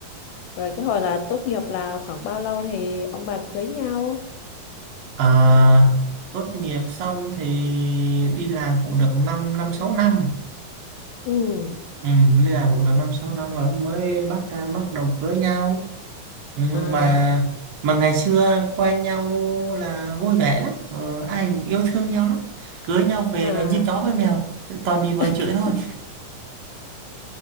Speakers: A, on the left (about 75°); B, on the right (about 70°).
A: rồi cái hồi là tốt nghiệp là khoảng bao lâu thì ông bà cưới nhau?
B: à, tốt nghiệp xong thì đi làm cũng được 5 năm năm sáu năm.
A: Ừ,
B: ừ, đi làm cũng được 5 6 năm rồi mới bắt bắt đầu cưới nhau Ừ,
A: à,
B: mà mà ngày xưa quen nhau là vui vẻ lắm ờ, ai cũng yêu thương nhau lắm cưới nhau về
A: à,
B: rồi như chó với mèo toàn bị vợ
A: <laughs>
B: chửi
A: cái
B: thôi